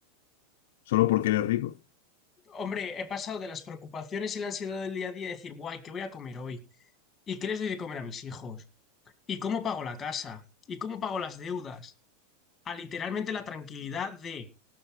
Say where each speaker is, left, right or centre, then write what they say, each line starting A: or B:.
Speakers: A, on the left (about 70°); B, on the left (about 20°).
A: ¿Solo porque eres rico?
B: Hombre, he pasado de las preocupaciones y la ansiedad del día a día de decir, guay, ¿qué voy a comer hoy? ¿Y qué les doy de comer a mis hijos? ¿Y cómo pago la casa? ¿Y cómo pago las deudas? A literalmente la tranquilidad de